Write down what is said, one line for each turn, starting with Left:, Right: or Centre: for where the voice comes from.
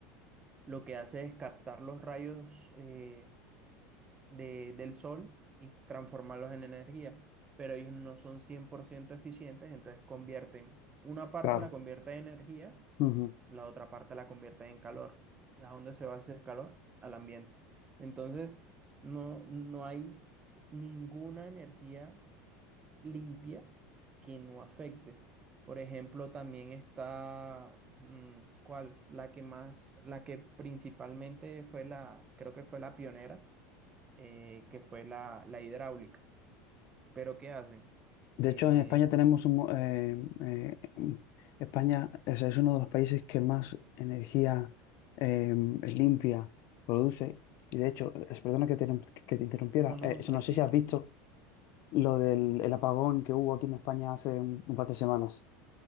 Right: lo que hace es captar los rayos, eh, de, del sol y transformarlos en energía, pero ellos no son 100% eficientes, entonces convierten, una parte
Left: Claro.
Right: la convierte en energía,
Left: Ujú.
Right: la otra parte la convierte en calor. ¿A dónde se va a hacer calor? Al ambiente. Entonces, no, no hay ninguna energía limpia que no afecte. Por ejemplo, también está, mm, ¿cuál? La que más, la que principalmente fue la, creo que fue la pionera, eh, que fue la, la hidráulica. Pero ¿qué hacen?
Left: De
Right: Eh,
Left: hecho, en España tenemos un, mo- eh, eh, España o es uno de los países que más energía eh, limpia produce. Y de hecho, es- perdona que te, que te interrumpiera.
Right: no, no,
Left: eh,
Right: tranquilo.
Left: no sé si has visto lo del el apagón que hubo aquí en España hace un, un par de semanas.